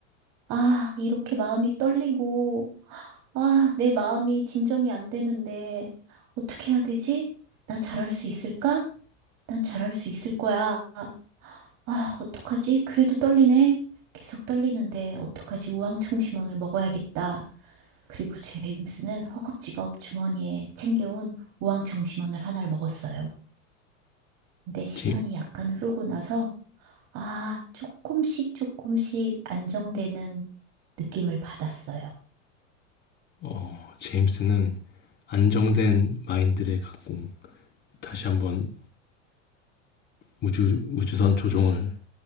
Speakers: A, on the right; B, on the left.
A: 아, 이렇게 마음이 떨리고 아, 내 마음이 진정이 안 되는데, 어떻게 해야 되지? 나 잘할 수 있을까? 난 잘할 수 있을 거야. 아, 어떡하지? 그래도 떨리네. 계속 떨리는데, 어떡하지? 우황청심원을 먹어야겠다. 그리고 제임스는 허겁지겁 주머니에 챙겨온 우황청심원을 하나를 먹었어요. 근데 시간이
B: 제,
A: 약간 흐르고 나서 아, 조금씩 조금씩 안정되는 느낌을 받았어요.
B: 어, 제임스는 안정된 마인드를 갖고 다시 한번 우주 우주선 조종을